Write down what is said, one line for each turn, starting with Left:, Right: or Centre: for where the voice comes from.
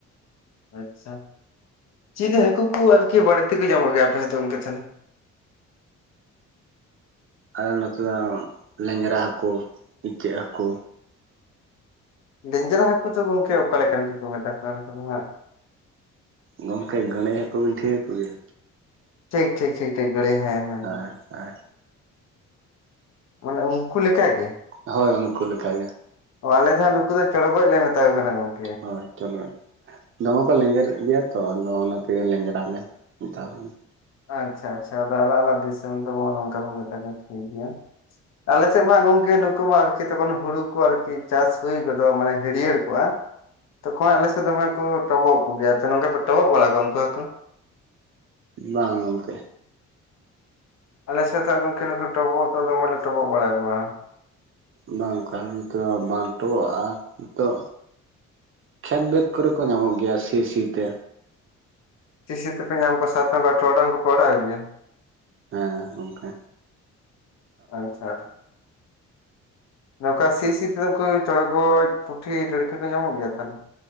Left: ᱟᱪᱪᱷᱟ ᱪᱤᱞᱤ ᱦᱟᱹᱠᱩ ᱠᱚ ᱟᱨᱠᱤ ᱵᱟᱹᱲᱛᱤ ᱠᱚ ᱧᱟᱢᱚᱜ ᱜᱮᱭᱟ ᱟᱯᱮ ᱥᱮᱫᱚ ᱚᱱᱠ ᱛᱟᱦᱮᱱᱟ
Right: ᱟᱨ ᱱᱚᱛᱮ ᱫᱚ ᱞᱮᱸᱡᱽᱨᱟ ᱦᱟᱹᱠᱩ ᱤᱪᱟᱹᱜ ᱦᱟᱹᱠᱩ
Left: ᱞᱮᱸᱡᱽᱨᱟ ᱦᱟᱹᱠᱩ ᱫᱚ ᱜᱚᱝᱠᱮ ᱚᱠᱟᱞᱮᱠᱟᱱ ᱠᱩᱫ ᱠᱚ ᱢᱮᱛᱟ ᱠᱚ ᱠᱟᱱᱟ ᱦᱟᱜ
Right: ᱜᱚᱝᱠᱮ ᱜᱟᱹᱲᱟᱹᱭ ᱦᱟᱹᱠᱩ ᱵᱤᱱ ᱴᱷᱤᱠ ᱟᱠᱠᱚᱜᱭᱟ
Left: ᱴᱷᱤᱠ ᱴᱷᱤᱠ ᱴᱷᱤᱠ ᱴᱷᱤᱠ ᱜᱟ. ᱲᱟᱹᱭ ᱦᱮᱸ ᱦᱮᱸ
Right: ᱦᱮᱭ ᱦᱮᱭ
Left: ᱢᱟᱱᱮ ᱩᱱᱠᱩ ᱞᱮᱠᱟᱟᱜ ᱜᱮ
Right: ᱦᱳᱭ ᱩᱱᱠᱩᱠᱟᱜᱮ
Left: ᱚ ᱟᱞᱮ ᱫᱚ ᱦᱜ ᱱᱩᱠᱩ ᱫᱚ ᱪᱚᱲᱚ ᱜᱚᱡ ᱞᱮ ᱢᱮᱛᱟ ᱠᱚ ᱠᱟᱱᱟ ᱜᱚᱝᱠᱮ ᱾
Right: ᱦᱳᱭ ᱪᱚᱲ ᱚᱜᱚᱡ ᱫᱚᱢᱮ ᱠᱚ ᱞᱮᱸᱡᱮᱨ ᱜᱮᱭᱟ ᱛᱚ ᱟᱫᱚ ᱚᱱᱟᱛᱮ ᱞᱮᱸᱡᱮᱨᱞᱮ ᱢᱮᱛᱟ ᱠᱚᱣᱟ ᱾
Left: ᱟᱪᱪᱷᱟ ᱟᱪᱪᱷᱟ ᱟᱫᱚ ᱟᱞᱟᱜ ᱟᱞᱟᱜ ᱫᱤᱥᱚᱢ ᱫᱚᱵ ᱱᱚᱝᱠᱟ ᱵᱚᱱ ᱢᱮᱛᱟ ᱠᱚ ᱴᱷᱤᱠ ᱜᱮᱮᱭᱟ ᱟᱞᱮᱥ ᱛᱮ ᱢᱟ ᱜᱚᱝᱠᱮ ᱱᱩᱠᱩ ᱢᱟ ᱟᱨᱠᱤ ᱛᱚᱠᱷᱚᱱ ᱦᱩᱲᱩ ᱠᱚ ᱟᱨᱠᱤ ᱪᱟᱥ ᱦᱩᱭ ᱜᱚᱫᱚᱜ ᱢᱟᱱᱮ ᱦᱟᱹᱨᱭᱟᱹᱲ ᱠᱚᱜᱼᱟ ᱛᱚᱠᱷᱚᱱ ᱟᱞᱮ ᱥᱮ ᱫᱚᱢᱮ ᱠᱚ ᱴᱚᱵᱚᱜ ᱠᱚ ᱜᱮᱭᱟ ᱛᱚ ᱱᱚᱠᱩ ᱴᱚᱵᱚᱜ ᱵᱟᱲᱟ ᱠᱚᱠᱩ ᱠᱚ
Right: ᱵᱟᱝ ᱜᱚᱝᱠᱮ
Left: ᱟᱞᱮ ᱥᱮᱛᱟᱜ ᱜᱚᱢᱠᱮ ᱱᱩᱠᱩ ᱴᱚᱵᱚᱜ ᱫᱚ ᱫᱚᱢᱮ ᱰᱚᱵᱚᱜ ᱵᱟᱲᱟ ᱠᱚᱣᱟ
Right: ᱵᱟᱝᱠᱷᱟᱱ ᱱᱤᱛᱚᱜ ᱵᱟᱸᱴᱚᱚᱜᱼᱟ ᱱᱤᱛᱚᱜ ᱠᱷᱮᱛ ᱵᱟᱹᱛ ᱠᱚᱨᱮ ᱠᱚ ᱧᱟᱢᱚᱜ ᱜᱮᱭᱟ ᱥᱤ ᱥᱤ ᱛᱮ
Left: ᱤᱥ ᱥᱤ ᱛᱮᱤᱮ ᱟᱢ ᱠᱚ ᱥᱟᱛ ᱴᱠᱟ ᱴᱴ ᱴᱟᱟᱝ ᱠᱚ ᱯᱚᱲᱟ ᱟᱜᱭᱟ
Right: ᱦᱮᱸ ᱜᱚᱢᱠᱮ
Left: ᱟᱪᱪᱷᱟ ᱴᱷᱤᱠ ᱱᱚᱝᱠᱟ ᱥᱤ ᱥᱤ ᱛ ᱩᱱᱠᱩ ᱪᱚᱲᱜᱚᱚᱡ ᱯᱩᱴᱷᱤ ᱰᱟᱹᱲᱠᱤ ᱠᱚ ᱧᱟᱢᱚᱜ ᱜᱮᱭᱟ ᱛᱟᱦᱚᱞᱮ